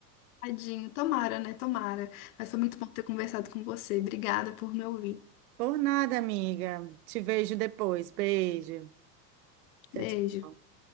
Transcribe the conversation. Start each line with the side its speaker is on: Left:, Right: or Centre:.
Left: Tadinho, tomara, né? Tomara. Mas foi muito bom ter conversado com você. Obrigada por me ouvir.
Right: Por nada, amiga. Te vejo depois. Beijo. Tchau,
Left: Beijo.
Right: tchau.